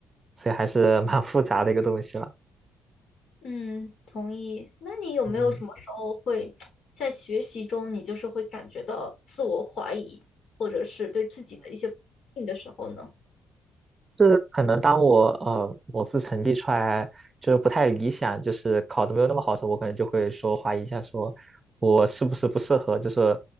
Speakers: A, on the right; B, on the left.
A: 所以还是蛮复杂的一个东西了。
B: 嗯，同意。那你有没有什么时候会
A: 嗯
B: <tsk> 在学习中，你就是会感觉到自我怀疑，或者是对自己的一些不信的时候呢？
A: 就是可能当我呃某次成绩出来就是不太理想，就是考的没有那么好的时候，我可能就会说怀疑一下，说我是不是不适合，就是